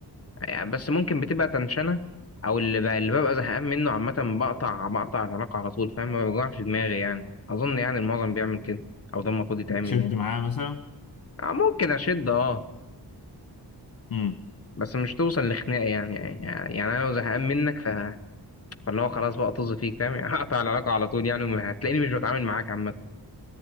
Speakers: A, on the left; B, on the left.
A: يعني بس ممكن بتبقى تنشنة او اللي, ب... اللي ببقى زهقان منه عامة بقطع بقطع العلاقة على طول فاهم ما بيوجعش دماغي يعني اظن يعني المعظم بيعمل كده او ده المفروض يتعمل
B: بتشد
A: يعني
B: معاه مثلا؟
A: آه، ممكن اشد اه
B: امم
A: بس مش توصل لخناقة يعني يعني يعني انا لو زهقان منك ف فاللي هو خلاص بقى طز فيك فاهم يعني <laughs> هقطع العلاقة على طول يعني وما- هتلاقيني مش بتعامل معاك عامة